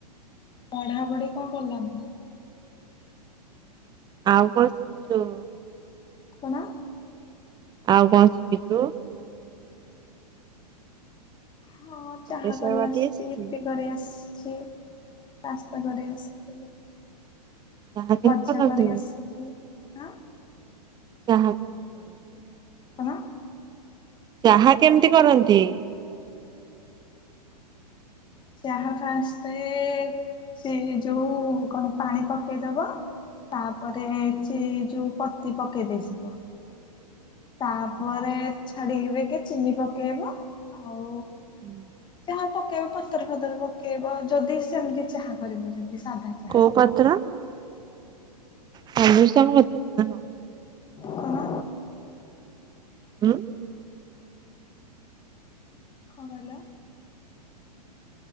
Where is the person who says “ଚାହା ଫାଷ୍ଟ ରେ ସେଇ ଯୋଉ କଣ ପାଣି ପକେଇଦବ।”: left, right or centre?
Left